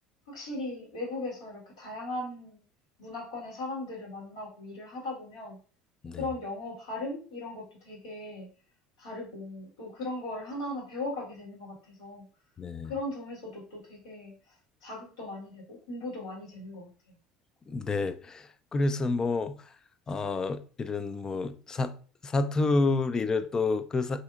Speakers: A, on the left; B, on the left.
A: 확실히 외국에서 이렇게 다양한 문화권의 사람들을 만나고 일을 하다 보면
B: 네,
A: 그런 영어 발음 이런 것도 되게 다르고 또 그런 거를 하나하나 배워가게 되는 것 같아서
B: 네.
A: 그런 점에서도 또 되게 자극도 많이 되고 공부도 많이 되는 것 같아요.
B: 네. 그래서 뭐, 어, 이런 뭐 사, 사투리를 또 그